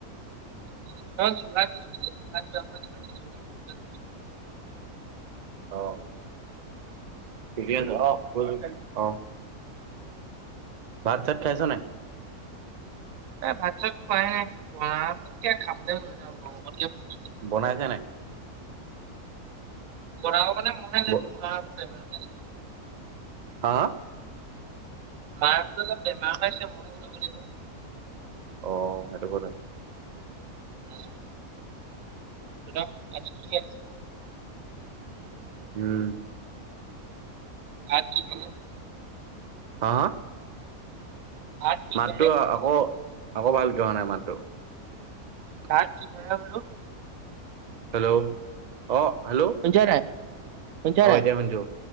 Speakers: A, on the right; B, on the right.
A: <inaudible>
B: অ'। <unintelligible> অ'। ভাত-চাত খাইছ নে?
A: এ, ভাত-চাত খোৱাই নাই <unintelligible> খাবলৈ মন যোৱা নাই গৰমত যে
B: বনাইছে নাই?
A: বনাব মানে
B: ব
A: <unintelligible>
B: হা
A: মাৰটোতো অলপ বেমাৰ হৈ হৈছে, মইহে বনাব লাগিব।
B: অ' সেইটো কথা।
A: উম, তহঁতৰ আজি কি আছে?
B: উম।
A: ভাত কিহেৰে?
B: হা
A: ভাত কিহেৰে
B: মাতটো আকৌ, আকৌ ভালকৈ অহা নাই মাতটো
A: ভাত কিহেৰে বোলো?
B: হেল্ল', অ'। হেল্ল'
A: শুনিছনে নাই? শুনিছা
B: অ',
A: নাই
B: এতিয়া শুনিছোঁ।